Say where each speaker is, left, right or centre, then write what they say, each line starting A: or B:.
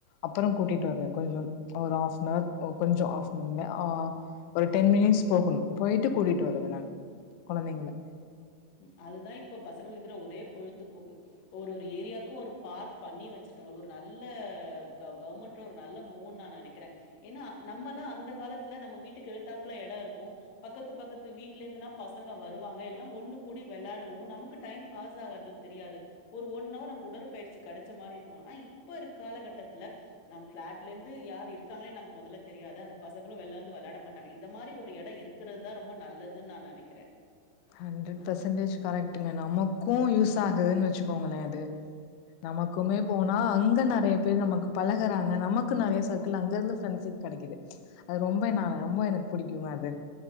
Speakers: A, on the left (about 85°); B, on the left (about 65°).
A: அப்பறோ கூட்டிட்டு வருவே கொஞ்சம் ஒரு ஹாஃப்னவர் ஒ கொஞ்சோ ஆஃப்னதுமே ஆ ஒரு டென் மினிட்ஸ் போகுணு போயிட்டு கூட்டிட்டு வரது நானு கொழந்தைங்கள
B: ம் அதுதா இப்ப பசங்களுக்கு இக்கற ஒரே பொழுதுபோக்கு. இப்ப ஒரு ஒரு ஏரியாக்கு ஒரு பார்க் பண்ணி வெச்சிர்க்காங்க அது ஒரு நல்ல க கவுமெண் ட்ரு ஒரு நல்ல மூன் நா நனைக்கிற ஏன்னா நம்மல்லா அந்த காலத்துல நம்ம வீட்டுக்கு எதுத்தாப்புல எட இருக்கு பக்கத்து பக்கத்து வீட்டுலெர்ந்துல்லா பசங்க வருவாங்க எல்லா ஒண்ணு கூடி வெளாடுவோ நமக்கு டைம் பாஸ் ஆகறது தெரியாது ஒரு ஒன் அவர் நம் உடற்பயிற்சி கெடச்ச மாரி இருக்கு ஆனா இப்ப இருக் காலகட்டத்ல நம் ஃபிளாட்லெந்து யாரு இருக்காங்னே நமக் மெதல்ல தெரியாது அந்த பசங்களு வெள்ளந்து வெளாட மாட்டாங்க இத மாரி ஒரு எட இருக் கிறத்தா ரொம்ப நல்லதுன் நா நெனைக்கிற
A: ஹண்ட்ரட் பர்சன்டேஜ் கரெக்டுங்க நமக்கு யூஸ் ஆகுதுன் வெச்சுக்கோங்களே அது நமக்குமே போனா அங்க நெறைய பேர் நமக்கு பழகுறாங்க நமக்கு நெறைய சர்க்கிள் அங்க இருந்து ஃப்ரெண்ஷிப் கெடைக்குது அது ரொம்ப நா ரொம்ப எனக்கு பிடிக்கு அது